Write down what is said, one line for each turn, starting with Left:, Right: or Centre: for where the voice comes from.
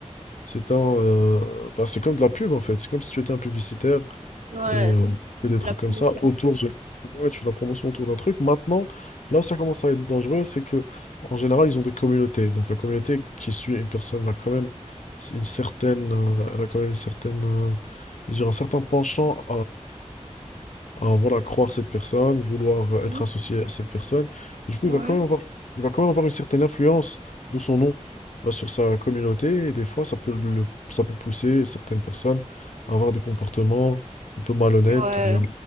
Left: c'est un, euh, bah, c'est comme de la pub en fait, c'est comme si tu étais un publicitaire
Right: Ouais,
Left: et euh, que des
Right: c'est
Left: trucs
Right: la promotion.
Left: comme ça autour de ouais, tu fais la promotion autour d'un truc. Maintenant, là où ça commence à être dangereux, c'est que en général, ils ont des communautés. Donc la communauté qui suit une personne, elle a quand même une certaine, euh, elle a quand même une certaine, euh, je veux dire, un certain penchant à voilà, croire cette personne, vouloir euh,
Right: Mhm.
Left: être associé à cette personne. Et du coup,
Right: Ouais,
Left: il va quand même avoir, il va quand même avoir une certaine influence, d'où son nom, bah, sur sa communauté. Et des fois, ça peut le, ça peut pousser certaines personnes à avoir des comportements un peu malhonnêtes
Right: ouais,
Left: ou bien